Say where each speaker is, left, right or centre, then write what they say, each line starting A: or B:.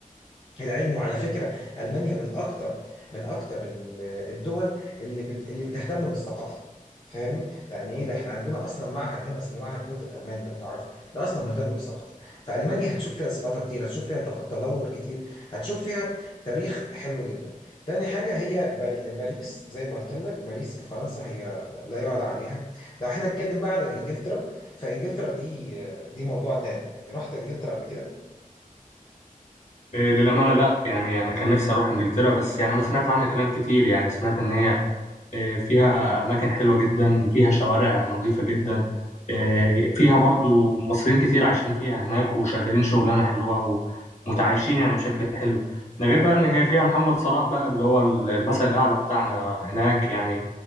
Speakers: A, on the left (about 35°); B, on the left (about 55°).
A: العلم وعلى فكرة ألمانيا من أكتر من أكتر ال- الدول اللي بت اللي بتهتم بالثقافة فاهمني؟ لأن إيه ده إحنا عندنا أصلا معهد هنا اسمه معهد جوت الألماني لو تعرفه ده أصلا مهتم بالثقافة فألمانيا هتشوف فيها ثقافة كتير هتشوف فيها تق- تطور كتير هتشوف فيها تاريخ حلو جدا تاني حاجة هي باري- باريس زي ما قلت لك باريس في فرنسا هي لا يعلى عليها لو إحنا نتكلم بقى على إنجلترا فإنجلترا دي دي موضوع تاني يعني رحت إنجلترا قبل كده
B: إيه للامانه لا يعني انا كان نفسي اروح انجلترا بس يعني انا سمعت عنها كلام كتير يعني سمعت ان هي آه، فيها أماكن حلوة جدا فيها شوارع نظيفة جدا آه، فيها برضو مصريين كتير عايشين فيها هناك وشغالين شغلانة حلوة ومتعايشين يعني بشكل حلو ده غير بقى إن هي فيها محمد صلاح بقى اللي هو المثل الأعلى بتاعنا هناك يعني